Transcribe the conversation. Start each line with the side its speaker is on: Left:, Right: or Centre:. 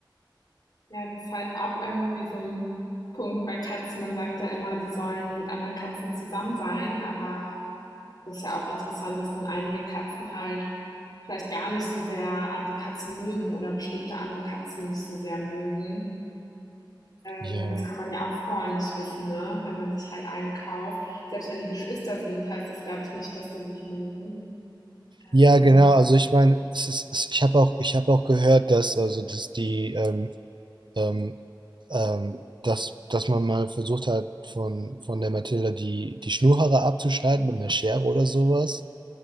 Left: Ja, das ist halt auch irgendwie so ein Punkt bei Katzen. Man sagt ja immer, die sollen mit anderen Katzen zusammen sein, aber das ist ja auch interessant, dass dann einige Katzen halt vielleicht gar nicht so sehr andere Katzen mögen oder bestimmte andere Katzen nicht so sehr mögen. Ähm,
Right: ja.
Left: das kann man ja auch vorher nicht wissen, ne, wenn man sich halt eine kauft. Selbst wenn die Geschwister sind, heißt das, glaube ich, nicht, dass die sich mögen. Ähm,
Right: Ja, genau. Also ich meine, es ist, es, ich habe auch, ich habe auch gehört, dass also dass die ähm, ähm, ähm, dass, dass man mal versucht hat, von, von der Mathilda die, die Schnurhaare abzuschneiden mit einer Schere oder sowas.